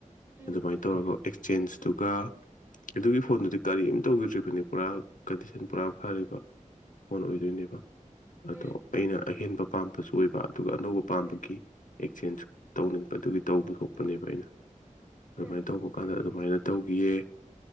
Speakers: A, on the right; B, on the left.
A: ꯎꯝ
B: ꯑꯗꯨꯃꯥꯏꯅ ꯇꯧꯔꯒ ꯑꯦꯛꯆꯦꯟꯁꯇꯨꯒ ꯑꯗꯨꯒꯤ ꯐꯣꯟꯗꯨꯗꯤ ꯀꯔꯤꯝ ꯇꯧꯒꯤꯗ꯭ꯔꯤꯕ ꯄꯨꯔꯥ ꯀꯟꯗꯤꯁꯟ ꯄꯨꯔꯥ ꯐꯔꯤꯕ ꯐꯣꯟ ꯑꯣꯏꯗꯣꯏꯅꯦꯕ ꯑꯗꯣ
A: ꯎꯝ ꯎꯝ
B: ꯑꯩꯅ ꯑꯍꯦꯟꯕ ꯄꯥꯝꯕꯁꯨ ꯑꯣꯏꯕ ꯑꯗꯨꯒ ꯑꯅꯧꯕ ꯄꯥꯝꯕꯒꯤ
A: ꯎꯝ
B: ꯑꯦꯛꯆꯦꯟꯖ ꯇꯧꯅꯤꯡꯕꯗꯨꯒꯤ ꯇꯧꯕ ꯊꯣꯛꯄꯅꯦꯕ ꯑꯩꯅ ꯑꯗꯨꯃꯥꯏꯅ
A: ꯎꯝ
B: ꯇꯧꯕ ꯀꯥꯟꯗ ꯑꯗꯨꯃꯥꯏꯅ ꯇꯧꯈꯤꯌꯦ